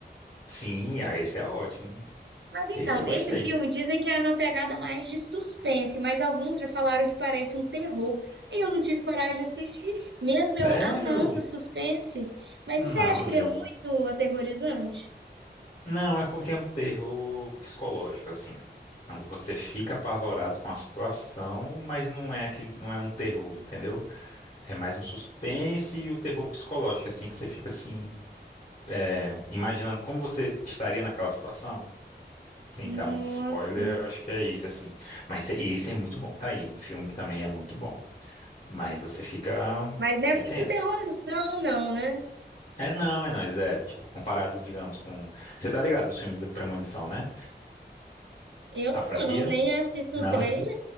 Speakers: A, on the left; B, on the right.
A: Sim, ah, esse é ótimo.
B: Mas então,
A: Esse eu gostei.
B: esse filme dizem que é uma pegada mais de suspense, mas alguns já falaram que parece um terror. E eu não tive coragem de assistir, mesmo eu
A: Sério?
B: amando suspense. Mas
A: Não,
B: você acha
A: amiga.
B: que ele é muito aterrorizante?
A: Não, é porque é um terror psicológico, assim. Então você fica apavorado com a situação, mas não é aquele, não é um terror, entendeu? É mais um suspense e o terror psicológico, assim, que você fica assim, é, imaginando como você estaria naquela situação. Sem
B: Nossa,
A: dar muito spoiler, eu acho que é isso, assim. Mas esse é muito bom. Tá aí, um filme que também é muito bom. Mas você fica.
B: mas não é
A: É
B: muito
A: tenso.
B: terrorzão, não, né?
A: É não, é não, é zero. Tipo, comparado, digamos, com. Você tá ligado, o filme da Premonição, né?
B: Eu
A: A franquia?
B: não, nem assisto
A: Não.
B: o trailer.